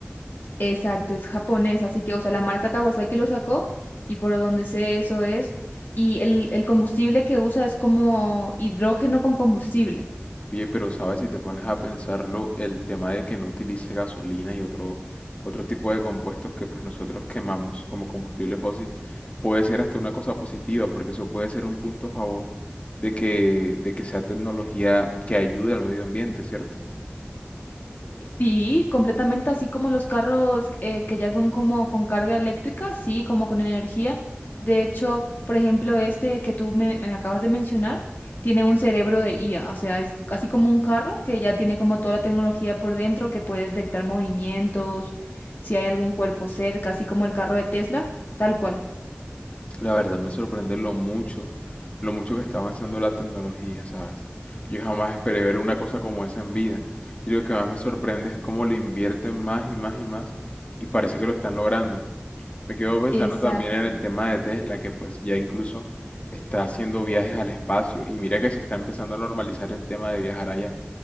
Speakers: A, on the left (about 55°); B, on the left (about 35°).
A: exacto, es japonés, así que, o sea, la marca Kawasaki lo sacó y por donde sé eso es. Y el, el combustible que usa es como hidrógeno con combustible.
B: Oye, pero sabes, si te pones a pensarlo, el tema de que no utilice gasolina y otro, otro tipo de compuestos que pues nosotros quemamos como combustible fósil, puede ser hasta una cosa positiva, porque eso puede ser un punto a favor de que, de que sea tecnología que ayude al medio ambiente, ¿cierto?
A: Sí, completamente así como los carros eh, que ya son como con carga eléctrica, sí, como con energía. De hecho, por ejemplo, este que tú me, me acabas de mencionar, tiene un cerebro de IA, o sea, es así como un carro que ya tiene como toda la tecnología por dentro, que puede detectar movimientos, si hay algún cuerpo cerca, así como el carro de Tesla, tal cual.
B: La verdad me sorprende lo mucho, lo mucho que está avanzando la tecnología, ¿sabes? Yo jamás esperé ver una cosa como esa en vida. Y lo que más me sorprende es cómo le invierten más y más y más y parece que lo están logrando. Me quedo pensando
A: Exacto.
B: también en el tema de Tesla, que pues ya incluso está haciendo viajes al espacio y mira que se está empezando a normalizar el tema de viajar allá,